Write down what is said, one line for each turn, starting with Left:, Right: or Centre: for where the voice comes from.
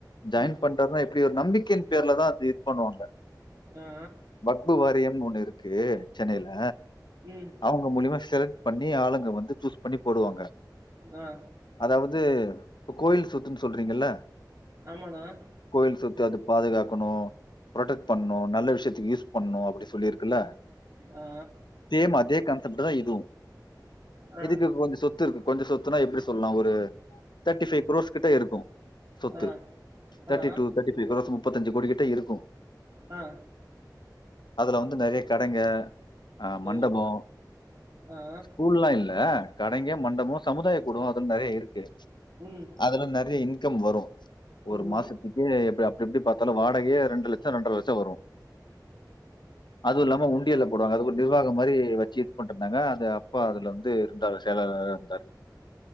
Left: ஜாயின்
Right: ம்
Left: பண்றாருனா எப்டி ஒரு நம்பிக்கையின் பேர்லதா அது பண்ணுவாங்க
Right: ஆ
Left: பக்பு வாரியம்னு ஒண்ணு இருக்கு சென்னையில
Right: ம்
Left: அவங்க மூலியமா செலக்ட் பண்ணி ஆளுங்க வந்து சூஸ் பண்ணி போடுவாங்க
Right: ஆ
Left: அதாவது இப்ப கோயில் சொத்துன்னு சொல்றீங்கல்ல
Right: ஆமாண்ணா
Left: கோயில் சொத்து அது பாதுகாக்கணு ப்ரொடெக் பண்ணு நல்ல விஷயத்துக்கு யூஸ் பண்ணு அப்டி சொல்லிருக்குல்ல
Right: ஆ
Left: சேம் அதே கான்செப்ட் தா இதுவு
Right: ஆ
Left: இதுக்கு கொஞ்ச சொத்து இருக்கு கொஞ்ச சொத் சொத்துனா எப்டி சொல்லா ஒரு தேர்ட்டி ஃபைவ் க்ரோஸ் கிட்ட இருக்கு சொத்து
Right: ஆ
Left: தேர்டி
Right: ஆ
Left: டு தேட்டி ஃபைவ் க்ரோஸ் முப்பத்தஞ்சு கோடி கிட்ட இருக்கு
Right: ஆ
Left: அதுல வந்து நறைய கடைங்க அ மண்டபோ
Right: ஓ ஆ
Left: ஸ்கூல்லா இல்ல கடைங்க மண்டபோ சமுதாய கூடோ கொஞ் நறைய இருக்கு
Right: ம்
Left: அதுல நறைய இன்கம் வரு ஒரு
Right: ம்
Left: மாசத் துக்கே எப் அப்டி எப்டி பாத்தாலு வாடகையே ரெண்டு லட்சோ ரெண்டற லட்சோ வரு அது இல்லாம உண்டியல்ல போடுவாங்க அது ஒரு நிர்வாகம் மாரி வச்சு இது பண்ருந்தாங்க அது அப்பா அதுல வந்து இருந்தாரு செயலாளரா இருந்தாரு